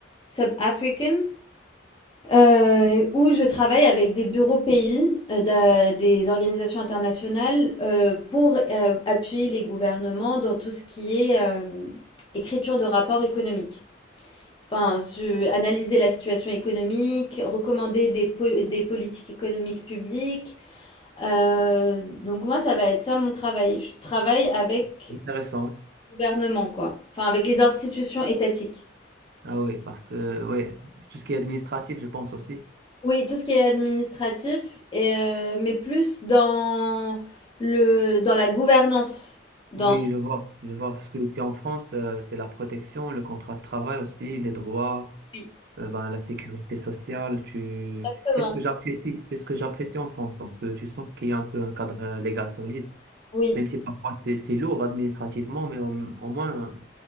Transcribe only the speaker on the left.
sub-africains, euh, où je travaille avec des bureaux pays, euh, d'a- des organisations internationales euh, pour euh, appuyer les gouvernements dans tout ce qui est euh, écriture de rapports économiques. Enfin, su- analyser la situation économique, recommander des, po- des politiques économiques publiques, euh, donc moi, ça va être ça mon travail. Je travaille avec
le gouvernement, quoi. Enfin, avec les institutions étatiques.
Oui, tout ce qui est administratif, et, euh, mais plus dans le, dans la gouvernance. Dans...
Oui,
exactement.
Oui.